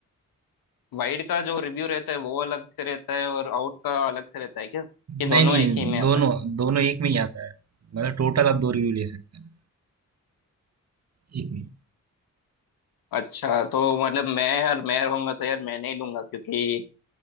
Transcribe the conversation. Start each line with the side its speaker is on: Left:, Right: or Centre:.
Left: वाइड का जो रिव्यू रहता है वो अलग से रहता है और आउट का अलग से रहता है क्या कि दोनों
Right: नहीं, नहीं,
Left: एक ही में
Right: दोनों
Left: आता है
Right: दोनों एक में ही आता है। मतलब टोटल आप 2 रिव्यू ले सकते हैं, एक में ही।
Left: अच्छा तो मतलब मैं यार मैं रहूंगा तो यार मैं नहीं लूंगा क्योंकि